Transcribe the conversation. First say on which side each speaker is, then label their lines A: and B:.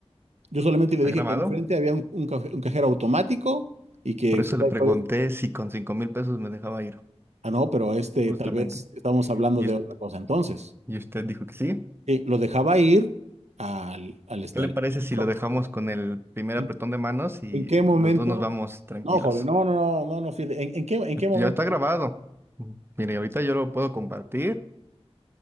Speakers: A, on the right; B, on the right.
A: Yo solamente
B: ¿Está
A: le dije
B: grabado?
A: que enfrente había un, un caje- un cajero automático y que
B: Por
A: usted
B: eso le
A: ahí
B: pregunté
A: puede...
B: si con cinco mil pesos me dejaba ir,
A: Ah, no, pero este,
B: justamente.
A: tal vez estamos hablando
B: Y,
A: de
B: us-
A: otra cosa entonces.
B: y usted dijo que sí.
A: eh, lo dejaba ir al, al este
B: ¿Qué le
A: al-
B: parece si
A: Pero,
B: lo dejamos con el primer
A: ¿En,
B: apretón de manos y
A: en qué momento?
B: los dos nos vamos tranquilos?
A: No, joven, no, no, no, no, no, fíjate, ¿En, en qué, en
B: Pues
A: qué momento?
B: Ya está grabado. Mm, Mire, ahorita yo lo puedo compartir.